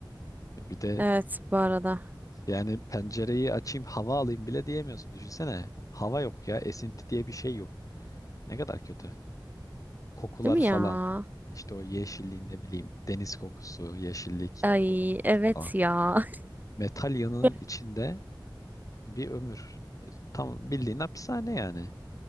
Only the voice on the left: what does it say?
Bir de
yani pencereyi açayım hava alayım bile diyemiyorsun. Düşünsene hava yok ya esinti diye bir şey yok. Ne kadar kötü. Kokular
falan.
İşte o yeşilliğin ne bileyim deniz kokusu, yeşillik,
doğa kokusu
falan.
Metal yanının
içinde bir ömür. Tam bildiğin hapishane yani.